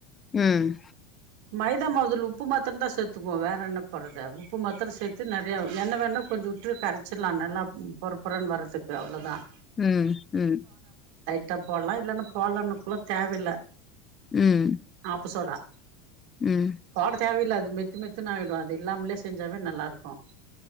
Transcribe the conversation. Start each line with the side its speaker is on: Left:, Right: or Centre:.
Left: ம்
Right: மைதா மாவு உப்பு மாத்தரம் தான் சேத்துக்குவோம் வேற என்ன போடுறது உப்பு மாத்திரம் சேர்த்து நறையா எண்ண வேணா கொஞ்ச விட்டு கரச்சிடலாம் நல்லா பொறபொறனு வரதுக்கு அவ்ளோ தான்
Left: உம் உம்
Right: டா போடலாம் இல்லன்னா போடலனா கூட தேவையில்ல
Left: ம்.
Right: ஆப்ப சோடா
Left: ம்.
Right: தோடு தேவையில்ல அது மெத்து மெத்துன்ன ஆயிடும் அது இல்லாமலே செஞ்சாவே நல்லா இருக்கும்